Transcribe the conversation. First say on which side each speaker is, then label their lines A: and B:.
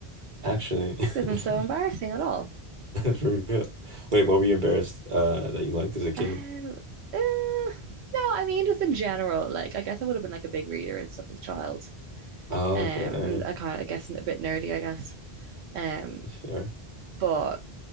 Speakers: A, on the right; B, on the right.
A: Actually,
B: this isn't
A: <laughs>
B: so embarrassing at all.
A: for real. Wait, what were you embarrassed uh, that you liked as a kid?
B: Um, uh, no, I mean, just in general, like, I guess I would have been like a big reader and stuff as a child.
A: Oh,
B: Um,
A: okay,
B: and I kind of, I guess, a bit nerdy, I guess. Um,
A: fair.
B: but,